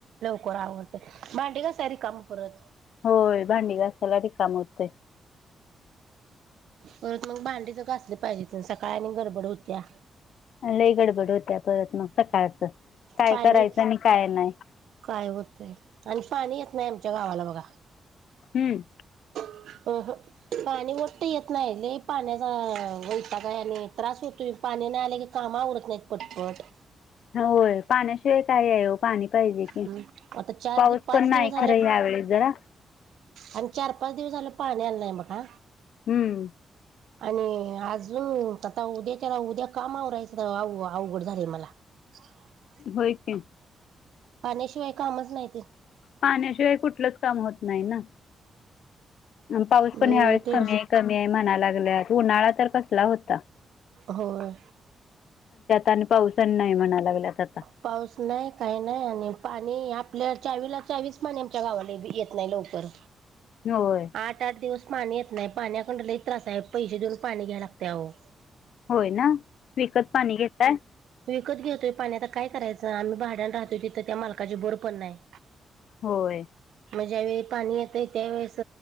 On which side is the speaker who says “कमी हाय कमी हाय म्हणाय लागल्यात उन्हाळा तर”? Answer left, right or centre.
Left